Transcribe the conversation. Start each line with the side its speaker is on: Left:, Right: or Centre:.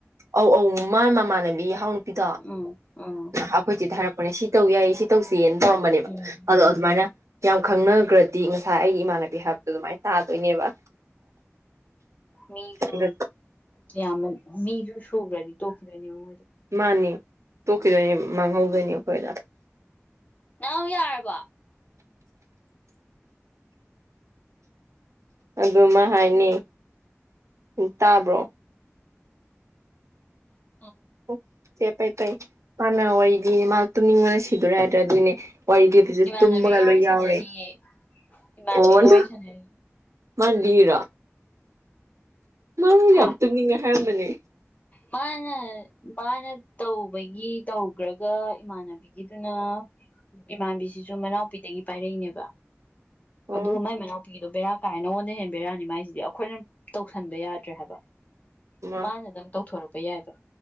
Right: ꯑꯧ ꯑꯧ ꯃꯥ ꯃꯃꯥꯟꯅꯕꯤ ꯏꯍꯥꯎ ꯅꯨꯄꯤꯗꯣ
Left: ꯎꯝ ꯎꯝ
Right: ꯑꯩꯈꯣꯏꯁꯤꯗꯤ ꯍꯥꯏꯔꯛꯄꯅꯦ ꯁꯤ ꯇꯧ ꯌꯥꯏꯌꯦ ꯁꯤ ꯇꯧꯁꯦꯅ
Left: ꯎꯝ
Right: ꯇꯧꯔꯝꯕꯅꯦꯕ
Left: ꯎꯝ
Right: ꯑꯗꯣ
Left: ꯎꯝ
Right: ꯑꯗꯨꯃꯥꯏꯅ ꯌꯥꯝ ꯈꯪꯅꯈ꯭ꯔꯗꯤ ꯉꯁꯥꯏ ꯉꯥ ꯑꯩꯒꯤ ꯏꯃꯥꯟꯅꯕꯤ ꯍꯥꯏꯕꯗꯣ ꯑꯗꯨꯃꯥꯏꯅ ꯇꯥꯗꯣꯏꯅꯦꯕ
Left: ꯃꯤꯗꯨ
Right: ꯑꯗ
Left: ꯌꯥꯝ ꯃꯤꯁꯨ ꯁꯨꯒꯔꯥꯗꯤ ꯇꯣꯛꯈꯤꯗꯣꯏꯅꯦꯕꯥ ꯃꯣꯏꯒꯤꯗꯣ
Right: ꯃꯥꯅꯤ ꯇꯣꯛꯈꯤꯗꯣꯏꯅꯤ ꯃꯥꯡꯍꯧꯗꯣꯏꯅꯤ ꯑꯩꯈꯣꯏꯗ
Left: ꯅꯥꯎ ꯌꯥꯔꯕꯣ
Right: ꯑꯗꯨꯃ ꯍꯥꯏꯅꯦ ꯇꯥꯕ꯭ꯔꯣ
Left: ꯎꯝ
Right: ꯑꯣ ꯐꯦ ꯐꯩ ꯐꯩ ꯃꯥꯅ ꯋꯥꯔꯤꯗꯤꯅꯦ ꯃꯥ ꯇꯨꯝꯅꯤꯡꯕꯅ ꯁꯤꯗꯣꯏꯔꯦ ꯍꯥꯏꯗ꯭ꯔꯥ ꯑꯗꯨꯅꯦ ꯋꯥꯔꯤꯒꯤ ꯑꯗꯨꯁꯨ
Left: ꯏꯃꯥꯟꯅꯕꯤꯒ
Right: ꯇꯨꯝꯃꯒ
Left: ꯋꯥꯔꯤ
Right: ꯂꯣꯏ ꯌꯥꯎꯔꯦ
Left: ꯁꯥꯟꯅꯔꯤꯌꯦ ꯏꯃꯥꯟꯅꯕꯤꯒ
Right: ꯑꯣꯅ
Left: ꯋꯥꯔꯤ ꯁꯥꯟꯅꯔꯤ
Right: ꯃꯥꯅꯥꯂꯤꯔꯤꯔꯥ ꯃꯥ
Left: ꯍꯥ
Right: ꯌꯥꯝ ꯇꯨꯝꯅꯤꯡꯉꯦ ꯍꯥꯏꯔꯝꯕꯅꯦ
Left: ꯃꯥꯅ ꯃꯥꯅ ꯇꯧꯕꯒꯤ ꯇꯧꯈ꯭ꯔꯒ ꯏꯃꯥꯟꯅꯕꯤꯒꯤꯗꯨꯅ ꯏꯃꯥꯟꯕꯤꯁꯤꯁꯨ ꯃꯅꯥꯎꯄꯤꯗꯒꯤ ꯄꯥꯏꯔꯛꯏꯅꯦꯕ
Right: ꯑꯣ
Left: ꯑꯗꯨꯒ ꯃꯥꯏ ꯃꯅꯥꯎ ꯀꯄꯤꯗꯣ ꯕꯦꯔꯥ ꯀꯥꯏ ꯅꯉꯣꯟꯗ ꯍꯦꯟ ꯕꯦꯔꯥꯅꯤ ꯃꯥꯏꯁꯤꯗꯤ ꯑꯩꯈꯣꯏꯅ ꯇꯧꯁꯟꯕ ꯌꯥꯗ꯭ꯔꯦ ꯍꯥꯏꯕ
Right: ꯃꯥ
Left: ꯃꯥꯅꯗꯪ ꯇꯧꯊꯣꯔꯛꯄ ꯌꯥꯏꯕ